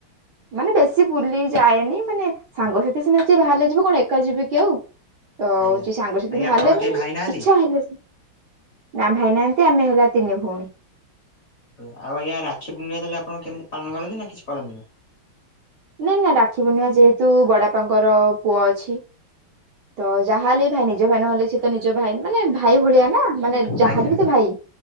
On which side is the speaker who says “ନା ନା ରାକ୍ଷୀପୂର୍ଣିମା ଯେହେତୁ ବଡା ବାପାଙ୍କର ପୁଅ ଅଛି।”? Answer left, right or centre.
Right